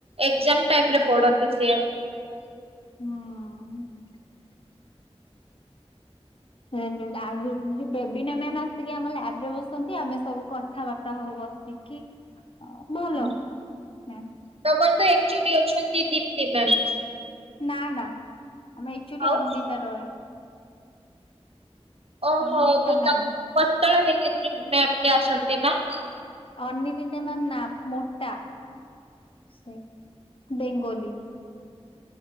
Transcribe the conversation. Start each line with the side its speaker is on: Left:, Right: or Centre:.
Right: ଏଜାମ ଟାଇମ୍ ରେ ପଡନ୍ତି ସେ
Left: ହଁ। ରେନ ରହୁଛି। ଆଉ ଯଉ ବେବିନା ମ୍ୟାମ୍ ଆସିକି ଆମ ଲ୍ୟାବ ବ ରେ ବସନ୍ତି। ଆମେ ସବୁ କଥାବାର୍ତ୍ତା ହଉ ବ ବସିକି। ଭଲ
Right: ହୁଁ।
Left: ମ୍ୟାମ୍।
Right: ତମର ତ ଏକଚୁଟି ଅଛନ୍ତି ଦୀପ୍ତି ମ୍ୟାମ୍।
Left: ନା, ନା ଆମର ଏକ୍ଚୁଲି
Right: ଆଉ
Left: ଅନ୍ଦିତା ରଏ।
Right: ଓହୋ!
Left: ଅନିଦିତା
Right: ଯଉ
Left: ମ୍ୟାମ୍
Right: ତ ପତଳା ହେଇକି ଯଉ ମ୍ୟାମ୍ ଟା ଆସନ୍ତି ନା!
Left: ଅନିଦିତା ମ୍ୟାମ୍ ନା ମୋଟା! ସେ ବେଙ୍ଗୋଲି।